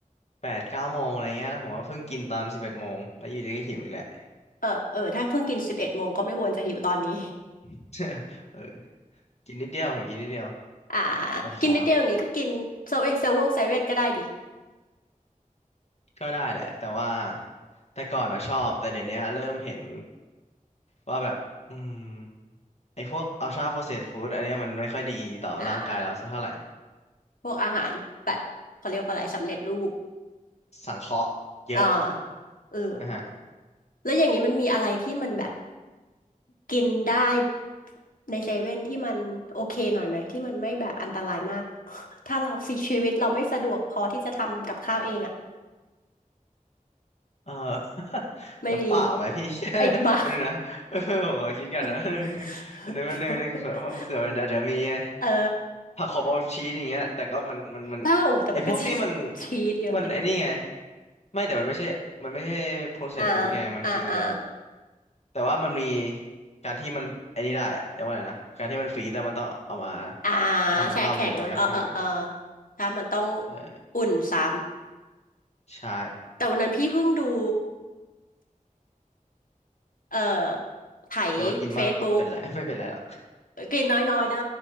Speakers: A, on the left; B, on the left.
A: แปดเก้าโมงอะไรเงี้ยแล้วผมว่าเพิ่งกินตอนสิบเอ็ดโมงแล้วอยู่ดีก็หิวอีกแหละ
B: เออ เออถ้าเพิ่งกินสิบเอ็ดโมงก็ไม่ควรจะหิวตอนนี้
A: <laughs> เออกินนิดเดียวผมกินนิดเดียว
B: <laughs> อ่า
A: ตอนเช้า
B: กินนิดเดียวอย่างงี้ก็กินเซเว่นเซเว่นเซเว่นก็ได้ดิ
A: ก็ได้แหละแต่ว่าแต่ก่อนอะชอบแต่เดี๋ยวนี้เริ่มเห็นว่าแบบอืมไอ้พวกอัลทราโปรเซสฟู้ดอันเนี้ยมันไม่ค่อยดีต่อร่างกายเราสักเท่าไหร่
B: อ่าพวกอาหารแบบเขาเรียกว่าอะไรสำเร็จรูป
A: สังเคราะห์เยอะ
B: อ่าเออ
A: นะฮะ
B: แล้วอย่างนี้มันมีอะไรที่มันแบบกินได้ในเซเว่นที่มันโอเคหน่อยไหมที่มันไม่แบบอันตรายมาก <laughs> ถ้าเรา <laughs> สิชีวิตเราไม่สะดวกพอที่จะทำกับข้าวเองอะ
A: เออ <laughs>
B: ไม่มี
A: น้ำเปล่าไหมพี่
B: ไอ้บ้า
A: <laughs> อานนี <laughs> นะเออผมขอคิดกันนะ <laughs>
B: <laughs>
A: อันนึงอันนึงอันนึงเผื่อเผื่อมันอาจจะมีไง
B: เออ
A: ผักขมเอาชีสอย่างเงี้ยแต่ก็มันมันมัน
B: บ้าโอ้แต่มันก็ชี
A: ไอพวกที่มัน
B: ชีสเยอะอยู่นะ
A: มันไอนี่ไงไม่แต่มันไม่ใช่มันไม่ใช่ processed
B: อ่า
A: food ไงมันคือ
B: อ่าอ่า
A: แต่ว่ามันมีการที่มันไอนี่ได้อะเรียกว่าอะไรนะการที่มันฟรีซแล้วมันต้องเอามา
B: อ่า
A: ทำอีกรอบหนึ่งมันก็คือ
B: แช่แข็งแล้วเออเออเออถ้ามันต้อง
A: เออ
B: อุ่นซ้
A: ใช่
B: ำแต่วันนั้นพี่เพิ่งดูเอ่อไถ
A: แต่ว่ากินมั่งก็เป็นไร
B: เฟซบุ๊ก
A: <laughs> ไม่เป็นไรหรอก
B: กินน้อยๆได้